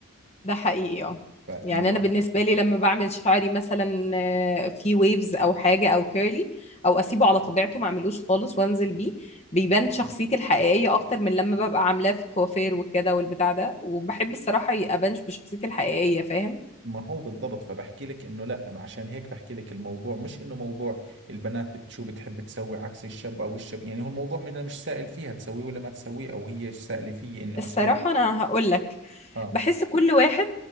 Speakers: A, on the left; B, on the right.
A: ده حقيقي اه
B: فانه
A: يعني
B: مر...
A: انا بالنسبه لي لما بعمل شعري مثلا آه، في ويفز او حاجه او كيرلي او اسيبه على طبيعته ما اعملوش خالص وانزل بيه بيبان شخصيتي الحقيقيه اكتر من لما ببقى عاملاه في كوافير وكده والبتاع ده وبحب الصراحه ابانش بشخصيتي الحقيقيه فاهم
B: ما هو بالضبط فبحكي لك انه لا عشان هيك بحكي لك الموضوع مش انه موضوع البنات بت- شو بتحب تسوي عكس الشاب او الشاب يعني هو الموضوع من- مش سائل فيها تسويه ولا ما تسويه او هي سائلة فيي انه
A: الصراحه
B: اسويه
A: انا هقول لك
B: اه
A: بحس كل واحد